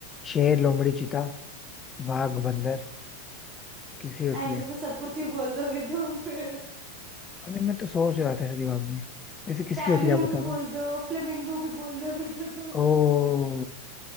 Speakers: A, on the left (about 20°); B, on the right (about 25°).
A: शेर लोमड़ी चीता बाघ बंदर किसकी होती
B: ऐसे
A: है
B: तो सब कुछ ही बोल दोगे तुम फिर
A: अरे मैं तो सोच रहा था दिमाग में ऐसे किसकी
B: कैंगरू
A: होती है आप बता
B: भी
A: दो
B: बोल दो फ्लेमिंगो भी बोल दो फिर तो तुम
A: ओ